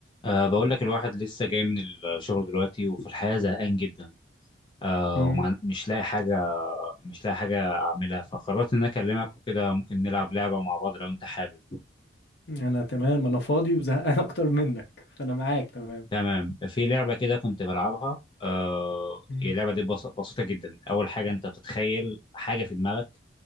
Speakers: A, on the left; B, on the left.
A: أه بقول لك الواحد لسه جاي من الشغل دلوقتي وفي الحياة زهقان جدا أه
B: مم.
A: ومش لاقي حاجة مش لاقي حاجة أعملها فقررت إن أنا أكلمك وكده ممكن نلعب لعبة مع بعض لو أنت حابب
B: انا تمام انا فاضي وزهقان <laughs> اكتر منك فانا معاك تمام
A: تمام في لعبة كده كنت بلعبها أه
B: مم.
A: هي اللعبة دي بس بسيطة جدا أول حاجة أنت بتتخيل حاجة في دماغك